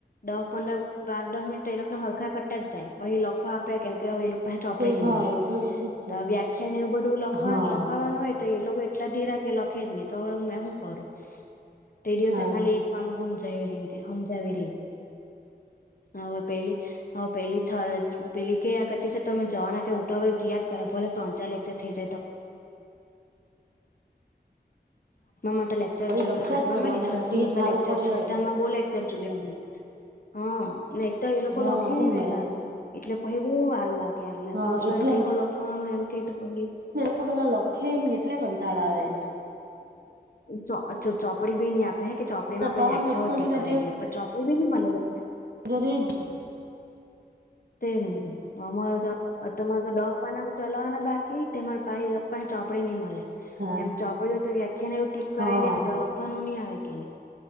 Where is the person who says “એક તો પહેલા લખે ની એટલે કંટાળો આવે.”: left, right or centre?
Right